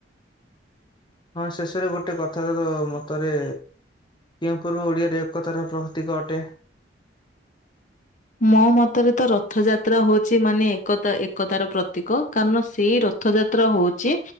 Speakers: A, on the left; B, on the left.
A: ହଁ ଶେଷରେ ଗୋଟେ କଥା ତ ମତରେ କି ପୂର୍ବ ଓଡିଆରେ ଏକତାର ପ୍ରତୀକ ଅଟେ
B: ମୋ ମତରେ ତ ରଥଯାତ୍ରା ହଉଛି ମାନେ ଏକତା ଏକତାର ପ୍ରତୀକ କାରଣ ସେଇ ର ରର୍ଥଯାତ୍ରା ହଉଛି